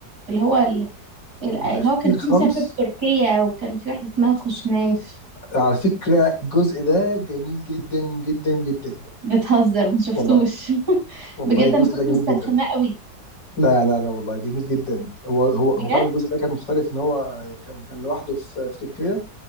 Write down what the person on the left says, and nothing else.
الاخير
خالص
على فكره الجزء ده جميل جدا جدا جدا
والله
والله
الجزء
ده جميل
جدا
لا لا لا والله جميل جدا هو هو هو
فعلا الجزء ده كان مختلف ان هو كان كان لوحده في في تركيا